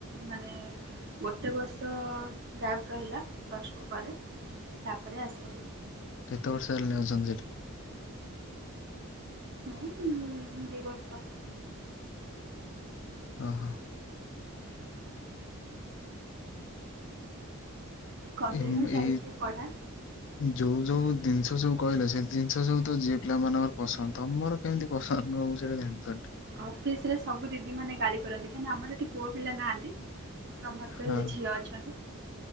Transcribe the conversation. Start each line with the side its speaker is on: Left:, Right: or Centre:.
Right: ମାନେ ଗୋଟେ ବର୍ଷ ଗ୍ୟାପ ରହିଲା ପ୍ଲସ୍ ଟୁ ପରେ ତାପରେ ଆସିଲି
Left: କେତେ ବର୍ଷ ହେଲାଣି ଆଉଛନ୍ତି ସେଠିକି
Right: ମୁଁ ଦୁଇ ବର୍ଷ
Left: ଓ ହୋ
Right: <inaudible> କଣ୍ଟିନ୍ୟୁ
Left: ଏମ
Right: ଚାଲିଛି
Left: ଏଇ
Right: ପଢ଼ା
Left: ଯୋଉ ଯୋଉ ଜିନିଷ ସବୁ କହିଲା ସେ ଜିନିଷ ସବୁ ତ ଯିଏ ପିଲା ମାନଙ୍କର ପସନ୍ଦ ତମର କେମିତି ପସ ନୁହ ମୁଁ ସେଟା ଜାଣିପାରୁନି
Right: ଅଫିସ ରେ ସବୁ ଦିଦି ମାନେ ଗାଳି କରନ୍ତି କାହିଁକିନା ଆମର ଏଠି ପୁଅ ପିଲା ନାହାନ୍ତି ସମସ୍ତେ
Left: ହଁ
Right: ଝିଅ ଅଛନ୍ତି